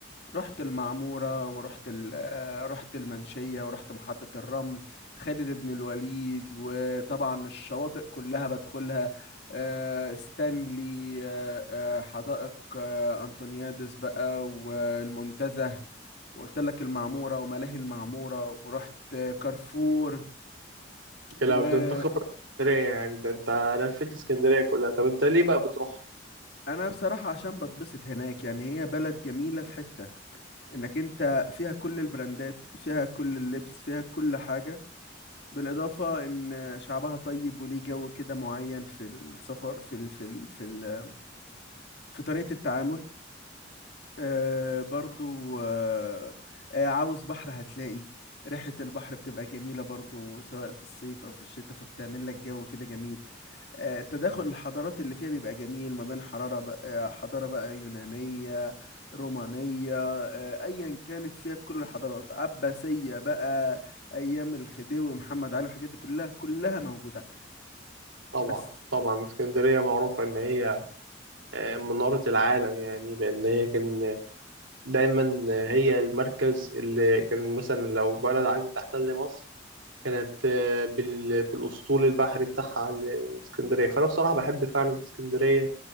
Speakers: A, on the left (about 60°); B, on the right (about 85°).
A: رحت المعموره ورحت ال- آه، رحت المنشيه ورحت محطه الرمل خالد بن الوليد وطبعا الشواطئ كلها بدخلها آه، ستانلي آه، آه، حدائق آه، انطونيادس بقى والمنتزه وقلت لك المعموره وملاهي المعموره ورحت آه، كارفور
B: يا
A: و
B: لو ده أنت خبرة في اسكندرية يعني ده أنت لفيت اسكندرية كلها طب أنت ليه بقى بتروح؟
A: انا بصراحة عشان بتبسط هناك يعني هي بلد جميلة في حتة انك انت فيها كل البراندات فيها كل اللبس فيها كل حاجة بالاضافة ان شعبها طيب وليه جو كده معين في السفر في ال في ال في ال في طريقة التعامل آه برضو آه آه عاوز بحر هتلاقي ريحة البحر بتبقى جميلة برضو سواء في الصيف أو في الشتاء فبتعمل لك جو كده جميل آه تداخل الحضارات اللي فيها بيبقى جميل ما بين حرارة بقى آه، حضارة بقى يونانية رومانية آه أيا كانت فيها كل الحضارات عباسية بقى أيام الخديوي ومحمد علي والحاجات دي كلها كلها موجودة
B: طبعا
A: بس
B: طبعا اسكندرية معروفة إن هي آه، منارة العالم يعني لأن هي كان دايما هي المركز اللي كان مثلا لو بلد عايزة تحتل مصر كانت آه، بال- بالاسطول البحري بتاعها ال- الاسكندريه فانا بصراحه بحب فعلا اسكندريه